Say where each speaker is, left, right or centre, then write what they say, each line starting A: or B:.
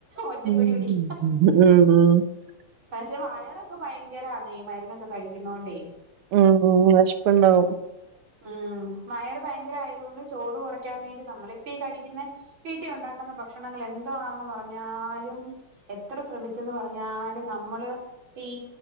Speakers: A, on the right; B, on the right.
A: ഒറ്റപ്പിടി
B: ഉ
A: പിടിക്കും
B: ഉം ഉ
A: പക്ഷെ വായറൊക്കെ ഭയങ്കരന്ന് ഈ മരുന്നൊക്കെ കഴിക്കുന്നോ ണ്ടേ
B: ഉം.. ഉം.. വിശപ്പുണ്ടാവും
A: ഉം മയർ ഭയങ്കര ആയതുകൊണ്ട് ചോറ് കുറയ്ക്കാൻ വേണ്ടി നമ്മളിപ്പീ ഈ കഴിക്കുന്ന വീട്ടിൽ ഒണ്ടാക്കുന്ന ഭക്ഷണങ്ങൾ എന്താന്ന് പറഞ്ഞാലും എത്ര ശ്രമിച്ചെന്ന് പറഞ്ഞാലും നമ്മള് ഈ